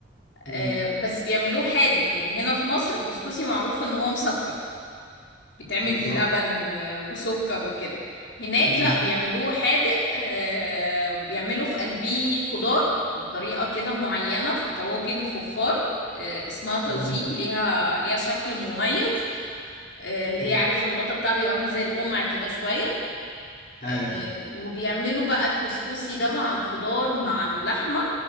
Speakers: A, on the left; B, on the left.
A: آه،
B: أمم،
A: بس بيعملوه حادق يعني هنا في مصر الكسكسي معروف ان هو مسكر بيتعمل
B: بالظبط
A: بلبن و- وسكر وكده هناك
B: أمم،
A: لا بيعملوه حادق آه، بيعملوا في قلبيه خضار بطريقة كده معينة في طواجن فخار آه، اسمها طاجين
B: أمم،
A: ليها ليها شكل مميز آه، اللي
B: أمم.
A: هي عارف الغطا بتاعها بيبقى عامل زي القمع كده شوية
B: ايوه
A: آه، وبيعملوا بقى الكسكسي ده مع الخضار مع اللحمة